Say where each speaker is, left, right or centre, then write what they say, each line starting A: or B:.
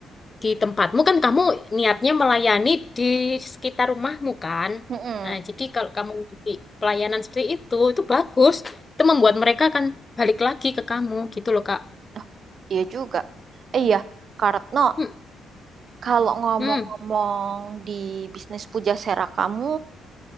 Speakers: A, on the left; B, on the right.
A: di tempatmu kan kamu niatnya melayani di sekitar rumahmu kan.
B: mm-mm.
A: Nah, jadi kalau kamu ngasih pelayanan seperti itu, itu bagus. Itu membuat mereka akan balik lagi ke kamu gitu loh, Kak.
B: Oh, iya juga. Eh, Iya, Kartno
A: Hmm,
B: Kalau ngomong-ngomong
A: hmm,
B: di bisnis pujasera kamu,